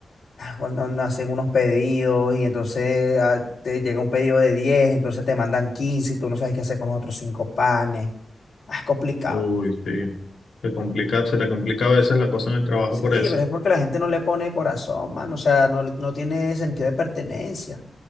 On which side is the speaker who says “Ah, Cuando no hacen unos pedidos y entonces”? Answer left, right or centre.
Left